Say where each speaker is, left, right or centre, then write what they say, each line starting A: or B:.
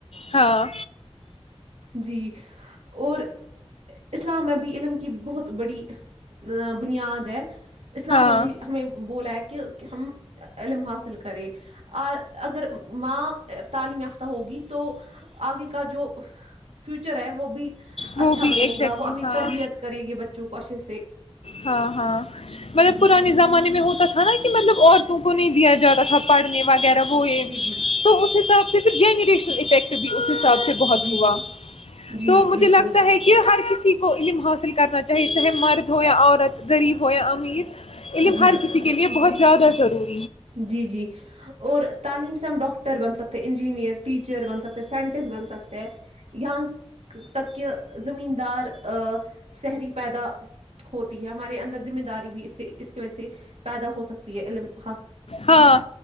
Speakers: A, on the left; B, on the right.
A: ہاں
B: جی اور اسلام میں بھی علم کی بہت بڑی ا بنیاد ہے اسلام میں
A: ہاں
B: بھی ہمیں بولا ہے کہ کہ ہم علم حاصل کریں اگر ماں تعلیم یافتہ ہوگی تو آگے کا جو فیوچر ہے وہ بھی
A: وہ
B: اچھا
A: بھی
B: بنے
A: ایگزیکٹلی
B: گا وہ اپنی
A: ہاں
B: تربیت کرے گی بچوں کو اے سے
A: ہاں ہاں مطلب
B: جی
A: پرانے
B: جی
A: زمانے میں ہوتا تھا نا کہ مطلب اور کو نہیں دیا جاتا تھا پڑنے وغیرہ ہوئے
B: جی جی
A: تو اس حساب سے صف جنریشن افیکٹ بھی اس حساب سے بہت
B: جی
A: ہوا
B: جی جی
A: تو مجھے
B: بالکل
A: لگتا ہے کہ ہر کسی کو علم حاصل کرنا چاہیے چاہے مرد ہویا عورت غریب ہویا امیر علم
B: جی
A: ہر
B: جی
A: کسی کے لیے بہت زیادہ ضرور
B: جی جی اور تعلیم سے ہم ڈاکٹر ر بن سکتے انجینئر ٹیچر بن سکتے سائنٹسٹ بن سکتے ہیں اں تک کہ زمین دار شہری پیدا ہوتی ہے ہمارے اندر مین داری بھی اس اس کی وجہ سے پیدا ہو سکتی ہے علما
A: ہاں